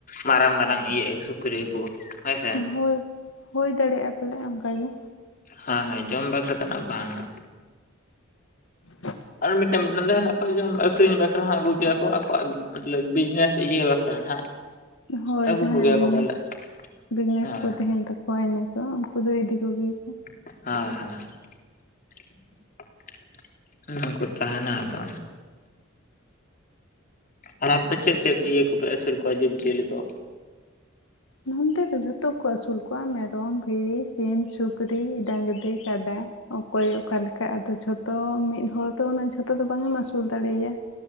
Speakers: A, on the left (about 45°); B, on the left (about 80°).
A: ᱢᱟᱨᱟᱝ ᱢᱟᱨᱟᱝ ᱤᱭᱟᱹ ᱥᱩᱠᱨᱤ ᱟᱹᱜᱩ ᱦᱳᱭᱥᱮ
B: ᱦᱳᱭ ᱦᱳᱭ ᱫᱟᱲᱮᱭᱟᱜᱼᱟ ᱯᱟᱞᱮ ᱚᱱᱠᱟ ᱜᱮ
A: ᱦᱳᱭ ᱦᱳᱭ ᱡᱚᱢ ᱵᱟᱠᱷᱨᱟ ᱫᱚ ᱱᱟᱜ ᱵᱟᱝ-ᱟ
B: <inaudible>
A: ᱟᱨ ᱢᱤᱫᱴᱮᱱ ᱢᱤᱫᱴᱟᱱ ᱫᱚ ᱦᱮᱱᱟᱜ ᱠᱚᱣᱟ ᱡᱮᱢᱚᱱ ᱟᱹᱠᱷᱨᱤᱧ ᱵᱟᱠᱷᱨᱟ ᱦᱚᱸ ᱟᱹᱜᱩ ᱠᱮᱭᱟ ᱠᱚ ᱟᱠᱚᱣᱟᱜ ᱢᱚᱛᱞᱚᱵ ᱵᱤᱡᱽᱱᱮᱥ ᱤᱭᱟᱹ ᱵᱟᱠᱷᱨᱟ <inaudible>
B: ᱦᱳᱭ
A: ᱟᱹᱜᱩ
B: ᱡᱟᱦᱟᱸᱭᱟᱜ
A: ᱠᱚᱜᱮᱭᱟ
B: ᱵᱤᱡᱽᱱᱮᱥ
A: ᱠᱚ ᱯᱟᱞᱮᱫ
B: ᱵᱤᱡᱽᱱᱮᱥ
A: ᱦᱮᱸ
B: ᱠᱚ ᱛᱟᱦᱮᱱ ᱛᱟᱠᱚᱣᱟ ᱠᱚ ᱤᱱᱟᱹᱠᱚ ᱩᱱᱠᱩ ᱫᱚ ᱤᱫᱤ ᱠᱚᱜᱮᱭᱟ ᱠᱚ
A: <unintelligible> ᱩᱱᱟᱠᱩ ᱠᱚ ᱛᱟᱦᱮᱱᱟ ᱟᱫᱚ ᱟᱨ ᱟᱯᱮ ᱪᱮᱫ ᱪᱮᱫ ᱤᱭᱟᱹ ᱠᱚᱯᱮ ᱟᱹᱥᱩᱞ ᱠᱚᱣᱟ ᱡᱤᱵᱽᱼᱡᱤᱭᱟᱹᱞᱤ ᱠᱚ
B: ᱱᱚᱱᱛᱮ ᱫᱚ ᱡᱷᱚᱛᱚ ᱠᱚ ᱟᱹᱥᱩᱞ ᱠᱚᱣᱟ ᱢᱮᱨᱚᱢ ᱵᱷᱤᱲᱤ ᱥᱤᱢ ᱥᱩᱠᱨᱤ ᱥᱩᱠᱨᱤ ᱰᱟᱹᱝᱨᱤ ᱠᱟᱰᱟ ᱚᱠᱚᱭ ᱚᱠᱟᱞᱮᱠᱟ ᱠᱟ ᱟᱫᱚ ᱡᱷᱚᱛᱚ ᱢᱤᱫ ᱦᱚᱲ ᱫᱚ ᱩᱱᱟᱹᱜ ᱡᱷᱚᱛᱚ ᱫᱚ ᱵᱟᱝ ᱮᱢ ᱟᱹᱥᱩᱞ ᱫᱟᱲᱮᱭᱟᱭᱟ